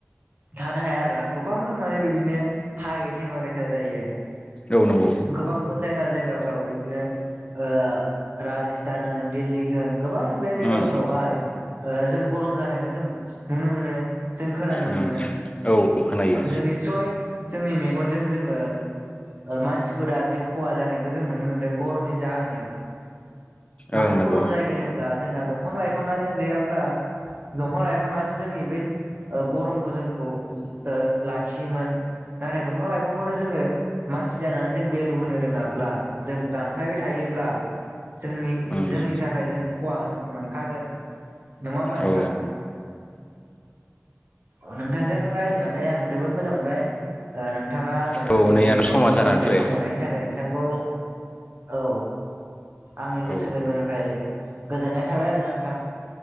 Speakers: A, on the right; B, on the left.
A: थानो हाया आरोना गोबां माने बिदिनो हाइ टेम्पारेसार जायो।
B: औ नंगौ
A: गोबां जायगा जायगाफ्राव बिदिनो ओ राजस्थान होन दिल्ली होन गोबां बे जायगाफ्रावहाय
B: उम
A: जों गरम जानाय खो जों नुनो मोनो जों खोनानो
B: उम
A: मोनो।
B: औ खोनायो
A: जों निस्सय जोंनि मेगनजों जोङो ओ मानसिफोरा जिउ खहा जानायबो जों नुनो मोनदों गरमनि जाहोनै। मानो
B: ओं नंगौ
A: गरम जायो होनोब्ला जोंहा दंफां लाइफाङानो गैयाब्ला दंफां लाइफाङासो जोंनि बे गरमखौ जोंखौ लाखियोमोन। नाथाय दंफां लाइफांखौनो जोङो मानसि जानानै जों भेलु होनो रोङाब्ला जों दानफायबाय थायो ब्ला जोंनि
B: उम
A: जोंनि थाखाय जों खहा जों मोनखागोन। नङा होमा नोंथां?
B: औ
A: अ नोंथांजों रायलायनानै आं जोबोद मोजां मोनबाय ओ नोंथाङा आंनो बेबायदि
B: औ नै आंना समा जानानै
A: दसे
B: फैबाय
A: सम होनायनि थाखाय नोंथांखौ औ आंनि गोसो
B: औ
A: गोरबोनिफ्राय गोजोननाय थाबाय आरोना नोंथां।